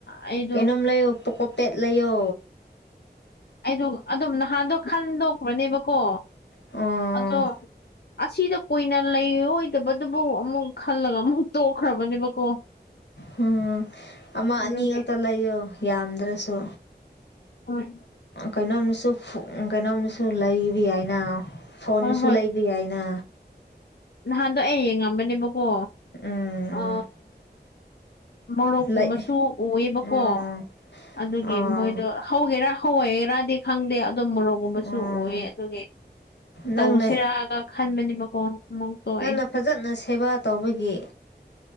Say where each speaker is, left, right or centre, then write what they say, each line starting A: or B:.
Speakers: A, on the left (about 70°); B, on the left (about 80°).
A: ꯑꯩꯗꯣ
B: ꯀꯩꯅꯣꯝ ꯂꯩꯌꯣ ꯄꯣꯀꯣꯄꯦꯠ ꯂꯩꯌꯣ
A: ꯑꯩꯗ ꯑꯗꯨꯝ ꯅꯍꯥꯟꯗꯣ ꯈꯟꯗꯣꯛꯄ꯭ꯔꯅꯦꯕꯀꯣ
B: ꯑꯣ
A: ꯑꯗꯣ ꯑꯁꯤꯗ ꯀꯨꯏꯅ ꯂꯩꯔꯣꯏꯗꯕꯗꯨꯕꯨ ꯑꯃꯨꯛ ꯈꯜꯂꯒ ꯑꯃꯨꯛ ꯇꯣꯛꯈ꯭ꯔꯕꯅꯦꯕꯀꯣ
B: ꯍꯝ ꯑꯃ
A: ꯑꯗꯨꯒꯤ
B: ꯑꯅꯤ ꯉꯛꯇ ꯂꯩꯌꯣ ꯌꯥꯝꯗ꯭ꯔꯁꯨ
A: ꯍꯣꯏ
B: ꯀꯩꯅꯣꯝꯅꯁꯨ ꯀꯩꯅꯣꯝꯅꯁꯨ ꯂꯩꯕ ꯌꯥꯏꯅ ꯐꯣꯟꯅꯁꯨ
A: ꯍꯣꯏ ꯍꯣꯏ
B: ꯂꯩꯕ ꯌꯥꯏꯅ
A: ꯅꯍꯥꯟꯗꯣ ꯑꯩ ꯌꯦꯡꯉꯝꯕꯅꯦꯕꯀꯣ
B: ꯎꯝ
A: ꯑ
B: ꯎꯝ
A: ꯃꯣꯔꯣꯛꯀꯨꯝꯕꯁꯨ
B: ꯂꯩ
A: ꯎꯑꯦꯕꯀꯣ
B: ꯑꯣ
A: ꯑꯗꯨꯒꯤ
B: ꯑꯣ
A: ꯃꯣꯏꯗꯣ ꯍꯧꯒꯦꯔꯥ ꯍꯏꯒꯔꯥꯗꯤ ꯈꯪꯗꯦ ꯑꯗꯨꯗꯝ ꯃꯣꯔꯣꯛꯒꯨꯝꯕꯁꯨ
B: ꯑꯣ
A: ꯎꯑ ꯑꯗꯨꯒꯤ
B: ꯅꯪꯅ
A: ꯇꯧꯁꯤꯔꯛꯑꯒ ꯈꯟꯕꯅꯦꯕꯀꯣ ꯑꯃꯨꯛ ꯇꯣꯛꯑꯦ
B: ꯅꯪꯅ ꯐꯖꯅ ꯁꯦꯕꯥ ꯇꯧꯕꯒꯤ